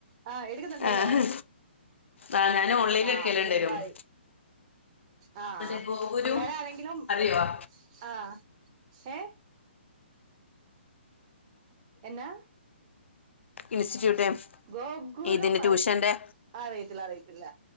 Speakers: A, on the right; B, on the left.
A: ആഹ് എടുക്കുന്നുണ്ടല്ലേ
B: ആഹ് ആഹ് ഞാൻ ഓൺലൈനിൽ
A: ആ
B: എടുക്കലുണ്ടായിരുന്നു
A: അത് നന്നായി. ആ
B: മറ്റേ ഗോകുലു
A: പിള്ളേര് ആരെങ്കിലും
B: അറിയോ
A: ആ എ എന്നാ
B: ഇൻസ്റ്റിറ്റ്യൂട്ട്
A: ഗോഗുലം
B: ഇതിന്റെ ട്യൂഷന്റെ
A: അറിയത്തില്ല അറിയത്തില്ല.